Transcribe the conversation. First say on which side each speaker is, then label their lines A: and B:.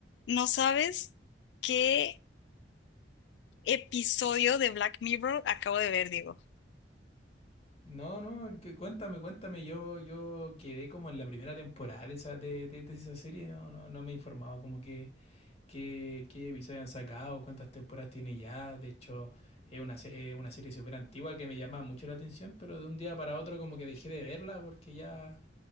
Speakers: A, on the left; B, on the left.
A: No sabes qué episodio de Black Mirror acabo de ver, Diego.
B: No, no, que- cuéntame, cuéntame. Yo, yo quedé como en la primera temporada de esa, de, de- de esa serie. No, no, no me he informado como que, que- qué episodios han sacado, cuántas temporadas tiene ya. De hecho, es una, se- es una serie súper antigua que me llama mucho la atención, pero de un día para otro como que dejé de verla porque ya